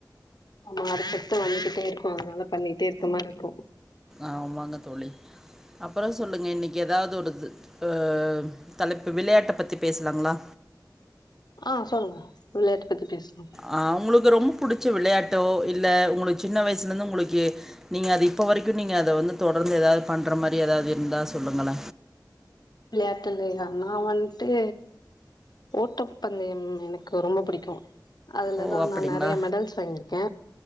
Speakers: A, on the left; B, in the centre.
A: ஆமா அடுத்தடுத்து வந்துகிட்டே இருக்கு அதனால பண்ணிட்டே இருக்க மாரி இருக்கு
B: ஆமாங்க தோழி அப்புறோ சொல்லுங்க இன்னிக்கி ஏதாவ்து ஒடுது அ தலைப்பு விளையாட்ட பத்தி பேசலாங்களா
A: ஆ சொல்லுங்க விளயாட்ட பத்தி பேசுவோ
B: அ உங்களுக்கு ரொம்ப புடுச்ச விளயாட்டோ இல்ல உங்களுக்கு சின்ன வயசுலேருந்து உங்களுக்கு நீங்க அது இப்ப வரைக்கு நீங்க அத வந்து தொடர்ந்து ஏதாது பண்ற மாரி ஏதாது இருந்தா சொல்லுங்கள
A: விளயாட்டுலேலா நா வன்ட்டு ஓட்டப் பந்தயம் எனக்கு ரொம்ப புடிக்கு அதுலதா
B: ஓ அப்படிங்களா
A: நா நெறய மெடல்ஸ் வாங்கியிருக்கே